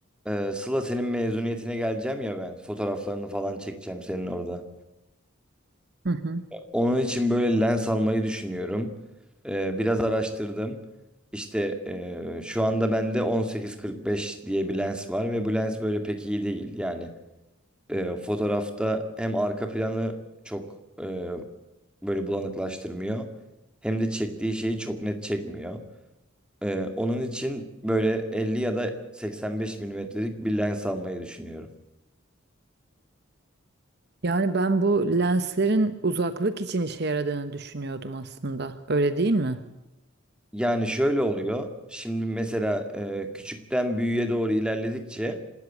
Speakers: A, in the centre; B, on the right.
A: Ee, Sıla senin mezuniyetine geleceğim ya ben. Fotoğraflarını falan çekeceğim senin orada.
B: Hı hı.
A: Onun için böyle lens almayı düşünüyorum. Ee, biraz araştırdım. İşte e, şu anda bende 18-45 diye bir lens var ve bu lens böyle pek iyi değil. Yani e, fotoğrafta hem arka planı çok e, böyle bulanıklaştırmıyor hem de çektiği şeyi çok net çekmiyor. Ee, onun için böyle 50 ya da 85 milimetrelik bir lens almayı düşünüyorum.
B: Yani ben bu lenslerin uzaklık için işe yaradığını düşünüyordum aslında. Öyle değil mi?
A: Yani şöyle oluyor. Şimdi mesela e, küçükten büyüğe doğru ilerledikçe